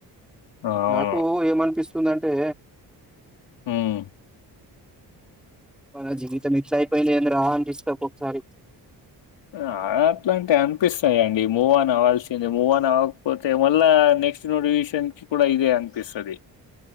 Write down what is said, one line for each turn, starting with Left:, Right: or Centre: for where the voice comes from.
Left: అవును
Centre: నాకు ఏమనిపిస్తుందింటే
Left: హ్మ్
Centre: మన జీవితం ఇట్లా అయిపోయింది ఏందీ రా అనిపిస్తది ఒక్కకా సారీ
Left: ఆ అట్లా అంటే అనిపిస్తాయిండి మూవ్ ఆన్ అవవాల్సిందే మూవ్ ఆన్ అవ్వకపోతే మళ్ళ నెక్స్ట్ నోటివషన్ కి కూడా ఇదే అనిపిస్తుది